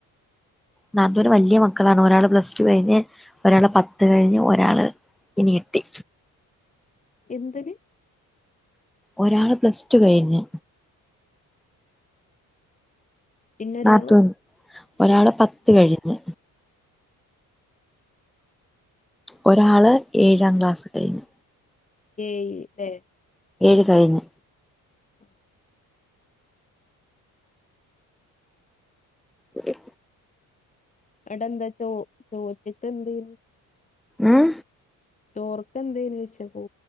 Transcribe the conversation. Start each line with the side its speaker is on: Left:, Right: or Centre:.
Centre: നാത്തൂന്ന് വെല്ല്യ മക്കളാണ് ഒരാള് പ്ലസ് ടു കഴിഞ്ഞ് ഒരാള് പത്ത് കഴിഞ്ഞു ഒരാള് ഇനി എട്ടി
Left: എന്തിന്?
Centre: ഒരാള് പ്ലസ് ടു കഴിഞ്ഞ്
Left: പിന്നൊരാള്
Centre: നാത്തൂൻ ഒരാള്
Left: ആഹ്
Centre: പത്ത് കഴിഞ്ഞ് ഒരാള് ഏഴാം ക്ലാസ്സ് കഴ്ഞ്ഞ്.
Left: ഏയ് ല്ലേ
Centre: ഏഴ് കഴിഞ്ഞ്.
Left: ആഹ്
Centre: ഒക്കെ.
Left: അവ്ടെ എന്താ ചോ ചോറ്റ്ക്കെന്തേനി?
Centre: ആഹ്.
Left: ചോർക്കെ എന്തേനീ ചോയ്ച്ചാ